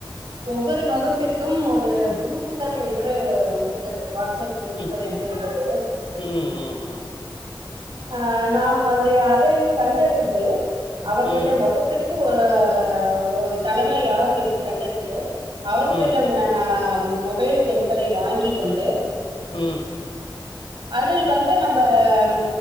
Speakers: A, on the right; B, on the left.
A: ஒவ்வொரு வகுப்பிற்கும் ஒரு குரூப்புகள் என் று உள்ளது வாட்ஸ்அப் குரூப்புகள்
B: ம்
A: என்று உள்ளது
B: ம் ம்
A: ஆ நாம் வந்து அதை கண்டறிந்து அவர்களிடம்
B: ம்
A: வகுப் சக்கு ஒ ஒரு தலைமை யார் என்று கண்டறிந்து அவர்களிடம்
B: ம்
A: மொபைல் எண்களை வாங்கி கொண்டு
B: ம்
A: அதில் வந்து நம்ப ம்